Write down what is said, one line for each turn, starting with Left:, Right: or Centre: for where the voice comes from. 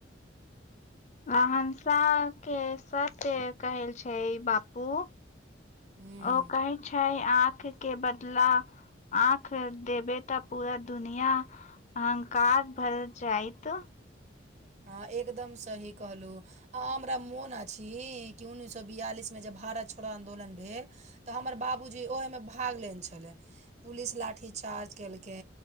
Left: नसा के सत्य कहल छै बापू
Right: हम्म
Left: ओ कहै छै आँख के बदला आँख देबै तऽ पूरा दुनिया अहंकार भर जाइत
Right: हँ एकदम सही कहलहुँ आ हमरा मोन अछि कि उन्नैस सए बियालिसमे जब भारत छोड़ा आदोलन भेल तऽ हमर बाबूजी ओहमे भाग लेने छलय पुलिस लाठी चार्ज केलकै